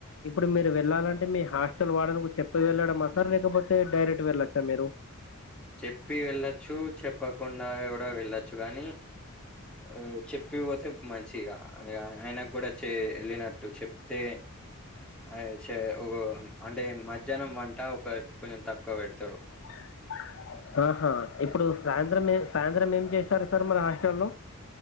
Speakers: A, on the left; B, in the centre.
A: ఇప్పుడు మీరు వెళ్ళాలంటే మీ హాస్ అసలు వార్డెన్ చెప్పి వెళ్ళడామా సార్ లేకపోతే డైరెక్ట్ వెళ్ళొచ్చా మీరు
B: చెప్పి వెళ్ళచ్చు చెప్పకుండా కూడా వెళ్ళచ్చు గానీ ఆ చెప్పిపోతే మంచిగా ఆయనకు కూడా చే లేనట్టు చెప్తే అయ్ చే అంటే మధ్యాహ్నం వంట ఒక కొంచెం తక్కువ పెడతాడు
A: <inaudible> ఆహా ఇప్పుడు సాయంత్రం ఏ సాయంత్రం ఏం చేశారు సార్ మన హాస్టల్లో